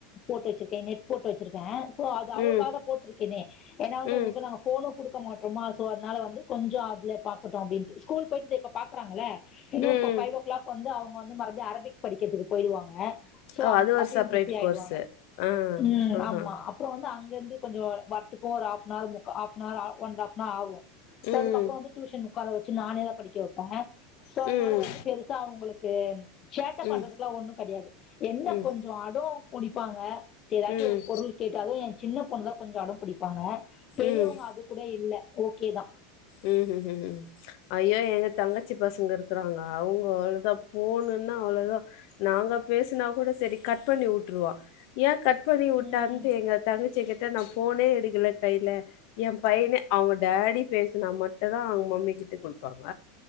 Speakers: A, on the left; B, on the left.
A: போட்டு வச்சிருக்கே நெட் போட்டு வச்சிருக்கே சோ அது
B: ம்
A: அவுங்கக்ளுக்காக தா போட்டிருக்கேனே ஏன்னா வந்து
B: ம்
A: அவுங்களுக்கு நாங்க ஃபோனு குடுக்க மாட்றோமா சோ அதனால வந்து கொஞ்ச அதில பாக்கட்டு அப்படின்ட்டு ஸ்கூல் போயிட்டு இப்போ பாக்கறாங்கள இன்னு
B: ம்
A: இப்ப ஃபைவ் ஓ கிளாக் வந்து அவுங்க வந்து மறுபடி அரபிக் படிக்கிறதுக்கு போயிடுவாங்க சோ
B: ஓ
A: அப்
B: அது ஒரு
A: அப்பயு
B: செப்ரேட்
A: பிஸி ஆய்டுவாங்க
B: கோர்ஸு ஆ
A: ம்
B: ஆஹா
A: ஆமா அ ப்புறோ வந்து அங்கருந்து கொஞ்சோ வரத்துக்கு ஒரு ஹாஃப்னார் மு ஆஃப் அனஹர் ஆ ஒன் அண்ட் ஆஃப்னர் ஆகு சோ
B: ம்
A: அதுக்கப்புற வந்து டியூஷன் உட்கார வச்சு நானேதா படிக்க வைப்பே சோ
B: ம்
A: அதனால வந்து பெருசா உங்களுக்கு சேட்டை
B: ம் ம்
A: பண்றதுக்கெல்லா ஒண்ணு கிடையாது என்ன
B: ம்
A: கொஞ்ச அடோ பிடிப்பாங்க எதாச்சு
B: ம்
A: ஒரு பொருள் கேட்டாலு என் சின்ன பொண்ணு தா கொஞ்ச அடம் பிடிப்பாங்க பெரியவங்க
B: ம்
A: அது கூட இல்ல ஓகே தா
B: உம் உம் உம் உம் ஐயோ எங்க தங்கச்சி பசங்க இருக்கறாங்க அவுங்க அவ்ளதா ஃபோனுன்னா அவ்ளதா நாங்க பேசினா கூட சரி கட் பண்ணி விட்டுருவா ஏன் கட் பண்ணி விட்டான்ட்டு
A: ம்
B: எங்க தங்கச்கிய கேட்டா நா ஃபோனே எடுக்கல கையில என் பையனே அவுங்க டேடி பேசுனா மட்டு தா அவங்க மம்மி கிட்ட குடுப்பாங்க